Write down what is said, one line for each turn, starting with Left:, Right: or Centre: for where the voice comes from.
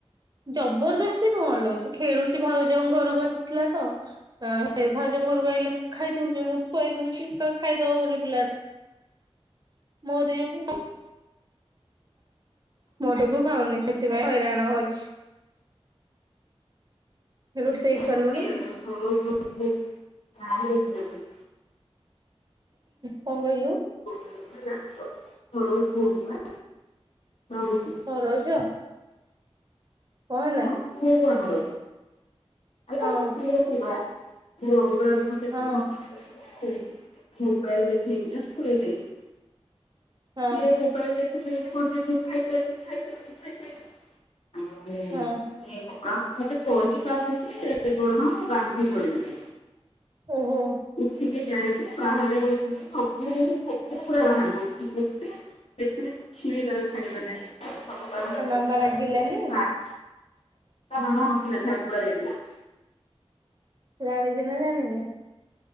Right: ଜବରଦସ୍ତି ନୁହଲୋ, ସେ ଖେଳୁଛି ଭାଉଜଙ୍କ ଘରକୁ ଆସିଥିଲା ତ। ଆ ହେ ଭାଉଜଙ୍କ ଘରୁକୁ ଆଇଲେ ଖାଇଦଉଛି, ମୁଁ ଖୁଆଇ ଦଉଛି, ଖାଇଦବ ବୋଲି ପିଲାଟା। ମୋରି ଯୋଗୁଁ ମୋ ଟୁକୁ ଖାଉନି, ସେଥିପାଇଁ ହଇରାଣ ହଉଛି। ରୋଷେଇ। ସାରିଲୁଣି
Left: <unintelligible> କାହାରିକୁ ଦେବିନି।
Right: କଣ କହିଲୁ?
Left: <unintelligible> ସରୋଜ ପୁଅ କୁ ବା ଭାବୁଛି।
Right: ସରୋଜ! କଣ ହେଲା?
Left: ହଁ ପୁଅକୁ ଆମର, ଆଲ
Right: ହଁ
Left: ଆମ ପୁଅକୁ ବା। ପୁଅକୁ ତ ଆଜିଠୁ ସେତି
Right: ହଁ
Left: <inaudible> ମୋବାଇଲ ଦେଖେଇକିନା ଖୁଏଇଦେଲିି।
Right: ହଁ
Left: ସିଏ ମୋବାଇଲ ଦେଖୁଛି, ବୋଲି ମମି ଠୁ ଖାଇ ଚାଲିଚି, ଖାଇ ଚାଲିଚି, ଖାଇ ଚାଲିଚି।
Right: ହଁ
Left: <inaudible> ଆ ମତେ କହିପାରୁନି ଯେ ହ ମୁଁ ଵାନ୍ତି କରି ଦେଇଚି।
Right: ଓହୋ।
Left: ଉଠକି ଯାଇକି ବାହାରେ ବସିଚି ତ। ମୁଁ ସବୁ ପୁରା ବାହାର କରିଦେଇଚି ପେଟରେ କିଛି ବି ତାର ଖାଇବା ନାହିଁ ସବୁ ବାହାରେ ପଡ଼ିଥିଲା
Right: ମାମା
Left: ତା
Right: ରାଗିଲାନି
Left: ପରେ ଖୁଆଉଚିପା ତା ମାମା ନଥିଲା ଝାରପଡ଼ା ଯାଇଥିଲା।
Right: ଜାଣିଛି ନା ଜାଣିନି?